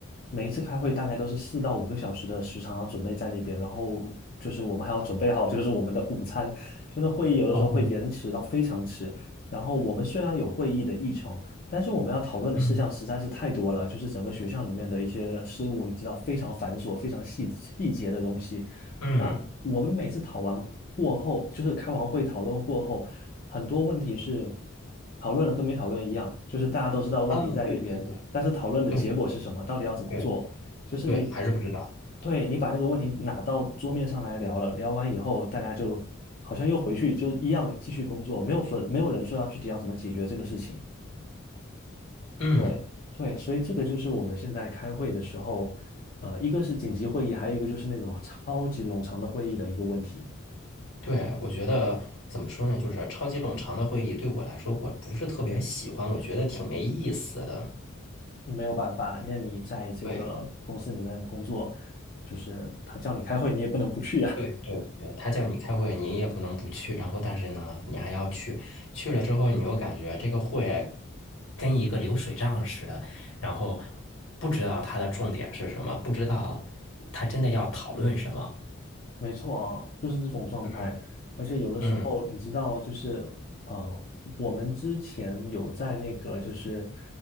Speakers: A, on the left; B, on the left.
A: 每一次开会大概都是四到五个小时的时长要准备在那边，然后就是我们还要准备好就是我们的午餐，就那会议有的时候会延迟到非常迟。
B: 哦，
A: 然后我们虽然有会议的议程。但是我们要讨论的事项实在是太多了，
B: 嗯。
A: 就是整个学校里面的一些事务，你知道非常繁琐、非常细细节的东西。
B: 嗯。
A: 那我们每次讨完过后，就是开完会讨论过后，很多问题是讨论了跟没讨论一样，就是大家都知道问题在那边，
B: 啊，对对对
A: 但是讨论的结果是什么，
B: 对
A: 到底要怎么做，
B: 对
A: 就是你，
B: 对，还是不知道。
A: 对，你把那个问题拿到桌面上来聊了，聊完以后，大家就好像又回去就一样继续工作，没有说没有人说要具体要怎么解决这个事情。
B: 嗯，
A: 对对，所以这个就是我们现在开会的时候，呃，一个是紧急会议，还有一个就是那种超级冗长的会议的一个问题。
B: 对，我觉得怎么说呢，就是超级冗长的会议对我来说，我不是特别喜欢，我觉得挺没意思的。
A: 没有办法，那你在这个公司里面工作，
B: 对
A: 就是他叫你开会，你也不能不去呀、
B: 对对对，他叫你开会，你也不能不去，然后但是呢，你还要去，去了之后，你又感觉这个会跟一个流水账似的，然后不知道它的重点是什么，不知道他真的要讨论什么。
A: 没错啊，就是这种状态。
B: 嗯
A: 而且有的时候，
B: 嗯
A: 你知道，就是呃，我们之前有在那个就是